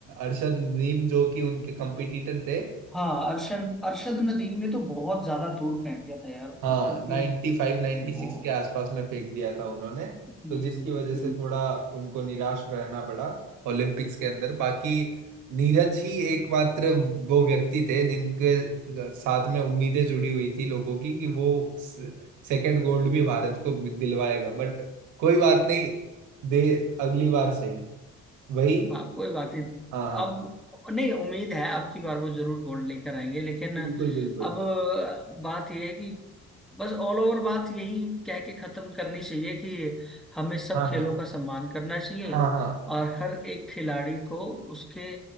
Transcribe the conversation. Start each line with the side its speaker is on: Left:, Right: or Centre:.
Right: अरशद नदीम जो कि उनके कंपटीटर थे
Centre: हाँ अरशद अरशद नदीम ने तो बहुत ज्यादा दूर फेंक दिया था यार
Right: हाँ
Centre: मतलब कि
Right: नाइन्टी फाइव नाइन्टी
Centre: वो
Right: सिक्स के आसपास में फेंक दिया था उन्होंने
Centre: हम्म
Right: तो जिसकी वजह
Centre: हम्म
Right: से थोड़ा उनको निराश रहना पड़ा ओलंपिक्स के अंदर बाकी नीरज ही एकमात्र वो व्यक्ति थे जिनके साथ में उम्मीदें जुड़ी हुई थी लोगों की कि वो सेकंड गोल्ड भी भारत को दिलवाएगा बट कोई बात नहीं दे अगली बार सही वही
Centre: हाँ कोई बात नहीं
Right: हाँ हाँ
Centre: अब नहीं उम्मीद है अब की बार वो जरूर गोल्ड लेकर आएंगे लेकिन
Right: बिल्कुल
Centre: अब
Right: बिल्कुल
Centre: बात यह है कि बस ऑल ओवर बात यही कह के खत्म करनी चाहिए कि हमें सब
Right: हाँ
Centre: खेलों
Right: हाँ
Centre: का सम्मान करना चाहिए
Right: हाँ हाँ
Centre: और हर एक खिलाड़ी को उसके